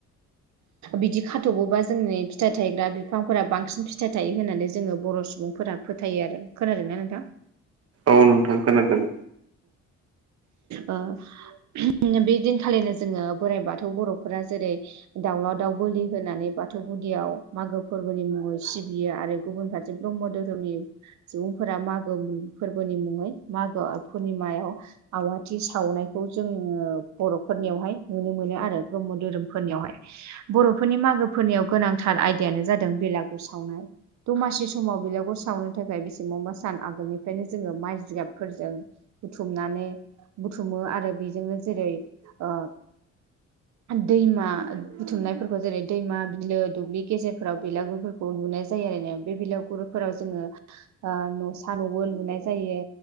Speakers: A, on the right; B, on the right.
A: बिदि खाथ'बोबा जोंनि फिथाइ थायग्रा बिफांफोरा बांसिन फिथाइ थायो होननानै जोङो बर' सुबुंफोरा फोथायो आरो खोनादों ना नोंथां?
B: औ नोंथां खोनादों
A: अ ओ बे दिनखालिनो जोङो बोराइ बाथौ बर'फोरा जेरै दाउला दाउ बोलि होनानै बाथौ गुदियाव मागो फोरबोनि मुङाव सिबियो आरो गुबुन फारसे ब्रह्म धोरोमनि सुबुंफोरा मागो फोरबोनि मुङै मागो पुर्निमायाव आवाथि सावनायखौ जोङो बर'फोरनियावहाय नुनो मोनो आरो ब्रह्म धोरोमफोरनियावहाय बर'फोरनि मागोफोरनियाव गोनांथार आयदायानो जादों बेलागुर सावनाय दमासि समाव बिलागुर सावनो थाखाय बेसेबावबा सान आगोलनिफ्रायनो जोङो माइ जिगाबफोरजों बुथुमनानै बुथुमो आरो बेजोंनो जेरै ओ दैमा बुथुमनाय फोरखौ जेरै दैमा बिलो दुब्लि गेजेरफोराव बिलागुरफोरखौ लुनाय जायो आरोना बे बिलागुरफोराव जोङो ओ न'सा न'बो लुनाय जायो।